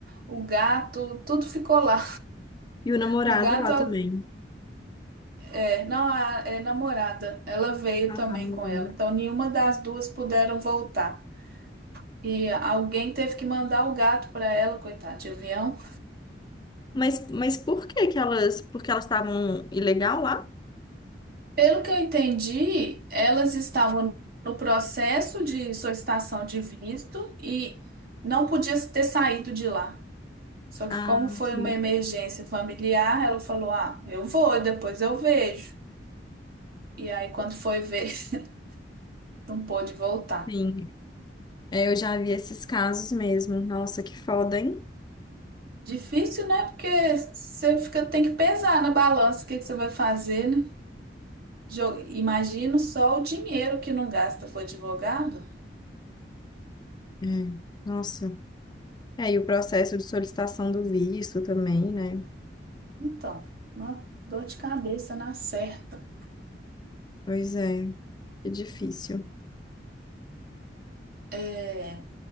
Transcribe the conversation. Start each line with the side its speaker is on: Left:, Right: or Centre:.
Right: o gato, tudo ficou lá.
Left: E o namorado
Right: O gato
Left: lá também.
Right: é, não a é namorada, ela veio
Left: Ah,
Right: também
Left: tá, namorando.
Right: com ela. Então nenhuma das duas puderam voltar. E alguém teve que mandar o gato para ela, coitada, de avião.
Left: Mas, mas por que que elas... Porque elas estavam ilegal lá?
Right: Pelo que eu entendi, elas estavam no processo de solicitação de visto e não podia ter saído de lá. Só que
Left: Ah,
Right: como foi
Left: sim,
Right: uma emergência familiar, ela falou: "Ah, eu vou, depois eu vejo". E aí quando foi ver, <laughs> não pôde voltar.
Left: sim. É, eu já vi esses casos mesmo. Nossa, que foda, hein?
Right: Difícil, né? Porque você fica, tem que pesar na balança o que que você vai fazer, né? Jo- Imagina só o dinheiro que não gasta com o advogado.
Left: É, é. nossa. É, e o processo de solicitação do visto também, né?
Right: Então, ó, dor de cabeça na certa.
Left: Pois é, é difícil.
Right: É,